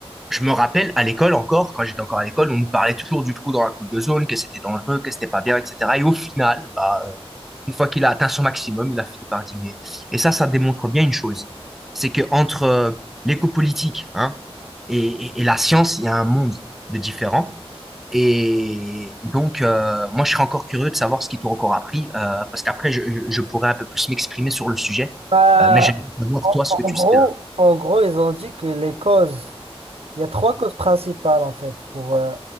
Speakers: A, in the centre; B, on the right.
A: je me rappelle à l'école encore, quand j'étais encore à l'école, on me parlait toujours du trou dans la coule de zone, que c'était dangereux, que c'était pas bien, etc. Et au final, bah, euh, une fois qu'il a atteint son maximum, il a fini par diminuer. Et ça, ça démontre bien une chose, c'est que entre euh, l'éco-politique, hein, et, et- et la science, il y a un monde de différents. Et donc, euh, moi, je serais encore curieux de savoir ce qu'ils t'ont encore appris, euh, parce qu'après, je, je je pourrais un peu plus m'exprimer sur le sujet.
B: Bah,
A: Euh, mais j'aimerais savoir,
B: En,
A: toi, ce que
B: en
A: tu
B: gros,
A: sais. euh,
B: en gros, ils ont dit que les causes, il y a trois causes principales en fait pour, euh,